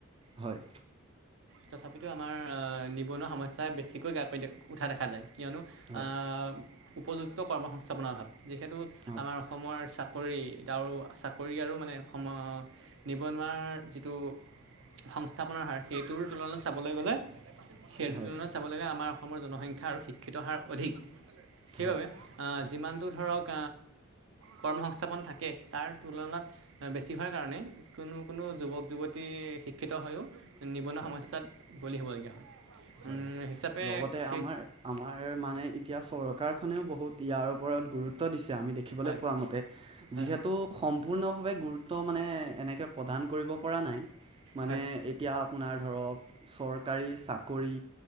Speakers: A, on the right (about 25°); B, on the right (about 65°).
A: হয়
B: তথাপিতো আমাৰ আহ নিবনুৱা সমস্যা বেছিকৈ গ্ৰাহ কদ্য উঠা দেখা যায়। কিয়নো
A: হয়
B: আহ উপযুক্ত কৰ্ম সংস্থাপনৰ অভাৱ। যিহেতু
A: হয়
B: আমাৰ অসমৰ চাকৰি আৰু চ কৰি আৰু মানে সম নিবনুৱাৰ যিটো সংস্থাপনৰ হাৰ সেইটোৰ তুলনাত চাবলৈ গ'লে সেইটোৰ
A: হয়
B: তুলনাত চাবলৈ গে আমাৰ অসমৰ জনসংখ্যা আৰু শিক্ষিত হাৰ অধিক। সেইবাবে
A: হয়
B: যিমানটো ধৰক কৰ্মসংস্থাপন থাকে তাৰ তুলনাত বেছি হোৱাৰ কাৰণে, কোনো কোনো যুৱক যুৱতী শিক্ষিত হৈয়ও নিৱনোৱা
A: হয়
B: সমস্যাত বলি হ'বলগীয়া হয়।
A: হয়
B: হিচাপে
A: লগতে
B: সেই
A: আমাৰ আমাৰ মানে এতিয়া চৰকাৰখনেও বহুত ইয়াৰ ওপৰত গুৰুত্ব দিছে। আমি দেখিবলৈ
B: হয়
A: পোৱা মতে
B: হয়
A: যিহেতু সম সম্পূৰ্ণভাৱে গুৰুত্ব মানে এনেকৈ প্ৰদান কৰিব পৰা নাই। মানে
B: হয় হয়
A: এতিয়া আপোনাৰ ধৰক চৰকাৰী চাকৰি,